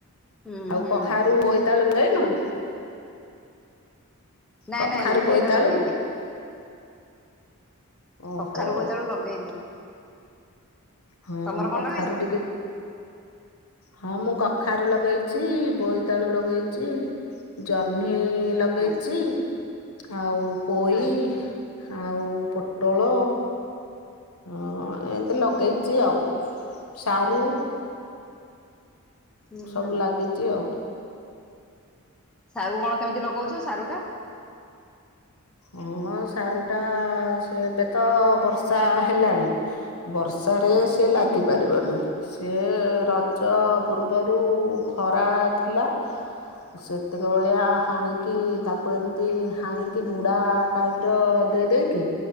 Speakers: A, in the centre; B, on the left (about 70°).
A: ହୁଁ
B: ଆଉ
A: ହୁଁ।
B: କଖାରୁ <unintelligible> ଯାଇନୁ?
A: ନାଇଁ
B: କଖାରୁ
A: ନାଇଁ ନାଇଁ
B: ବୋଇତାଳୁ
A: ହେଇଟା ଲଗେଇନି।
B: ଓହୋ
A: କଖାରୁ ବୋଇତ ଆଳୁ ଲଗେଇନି।
B: ହଁ
A: ତମର କଣ
B: କଖାରୁ
A: ଲଗେଇଛ?
B: ଟିକେ
A: <inaudible>
B: ହଁ ମୁଁ କଖାରୁ ଲଗେଇଛି ବୋଇତାଳୁ ଲଗେଇଛି। ଜହ୍ନି ଲଗେଇଛି
A: ହୁଁ
B: ଆଉ ପୋଇ।
A: ହଁ
B: ଆଉ ପୋଟଳ ଏମତି ଲଗ ଲାଗେଇଛିି ଆଉ ସାରୁ।
A: ହୁଁ
B: ସବୁ
A: ହୁଁ
B: ଲାଗିଛି ଆଉ।
A: ସାରୁ କଣ କେମିତି ଲଗଉଛ ସାରୁ ଟା।
B: ହଁ ସାରୁ ଟା ଏବେ ତ ବର୍ଷା ହେଲାଣି। ବର୍ଷାରେ
A: ହୁଁ
B: ସିଏ ଲାଗିପାରିବନି। ସିଏ ରଜ ପୂର୍ବରୁ ଖରା ଥିଲା। ସେତିକି ଭଳିଆ ହାଣିକି ତାକୁ ଏମିତି ହାଣିକି ହୁଡ଼ା ଟାଇପର ଦେଇ ଦେଇକି